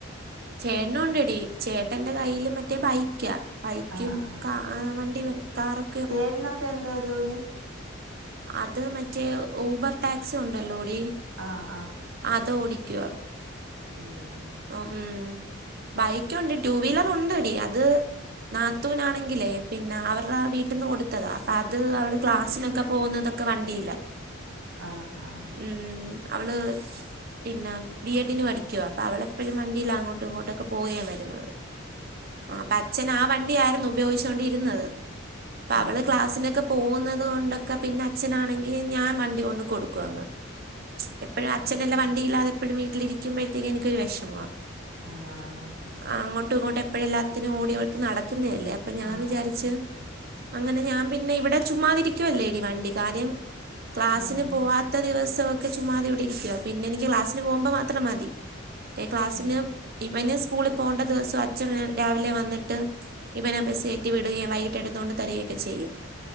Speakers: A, on the right; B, on the right.
A: ചേട്ടനോണ്ടടി ചേട്ടന്റെ കയ്യിൽ മറ്റേ ബൈക്കാ ബൈക്കും
B: ആഹ് ആഹ്
A: കാ ആഹ് വണ്ടി കാറും
B: ചേട്ടനപ്പ എന്തുവാ ജോലി
A: അത് മറ്റേ ഊബർ ടാക്സി ഉണ്ടല്ലോടി
B: ആഹ് ആഹ്
A: അത് ഓടിക്കുവാ
B: ഉം
A: ഉമ് ബൈക്ക് ഒണ്ട് ടു വീലർ ഉണ്ടടി അത് നാത്തുനാണെങ്കില്ലേ പിന്നെ അവരടെ വീട്ടിന്ന് കൊടുത്തതാ അപ്പ അത് അവൾ ക്ലാസ്സിനൊക്കെ പോകുന്നത ഒക്കെ വണ്ടില്ല
B: ആഹ് ആഹ്
A: ഉമ് അവൾ പിന്നെ ബി എ ഡി ന് പഠിക്ക പഠിക്കുവാ അപ്പ അവൾ എപ്പോഴും വണ്ടിയിലാ അങ്ങോട്ടും ഇങ്ങോട്ടൊക്കെ പോവുകയുവരുന്നതു ആഹ് അപ്പ അച്ഛൻ ആഹ് വണ്ടിയായിരുന്നു ഉപയോഗിച്ചൊണ്ടിരുന്നത് അപ്പം അവൾ
B: ആഹ്
A: ക്ലാസ്സിനൊക്കെ പോകുന്നത് കൊണ്ടൊക്കെ പിന്നെ അച്ഛനാണെങ്കി ഞാൻ വണ്ടി കൊണ്ട് കൊടുക്കുവങ്ങ് എപ്പോഴും അച്ഛനില്ല
B: ആഹ്
A: വണ്ടയില്ലാതെപ്പോഴും വീട്ടിൽ ഇരിക്കുമ്പോഴത്തേക്കും എനക്ക് ഒരു വേഷമം
B: ആഹ്
A: അങ്ങോട്ടും ഇങ്ങോട്ടും എപ്പഴും എല്ലാത്തിനും ഓടിയോക്കെ നടക്കുന്നതല്ലേ അപ്പൊ ഞാൻ
B: ആഹ്
A: വിചാരിച്ച് ച്ച് അങ്ങനെ ഞാൻ പിന്നെ ഇവിടെ ചുമ്മാതിരിക്കുവല്ലേടീ വണ്ടി കാര്യം ക്ലാസ്സിന്
B: ആഹ്
A: പോവാത്ത ദിവസമൊക്കെ ചുമ്മാതിവിടെ ഇരിക്കുവാ പിന്നെ എനിക്ക് ക്ലാസ്സിന് പോകുമ്പോ മാത്രം മതി ക്ലാസ്സിന്
B: ഉം
A: ഇവന് സ്കൂളിൽ പോവണ്ട ദിവസം അച്ഛൻ രാവിലെ വന്നിട്ട് ഇവനെ ബസ് കയറ്റി വിടുകയും വൈകട്ട് എടുതോകൊണ്ട് തരികയൊക്കെ ചെയ്യും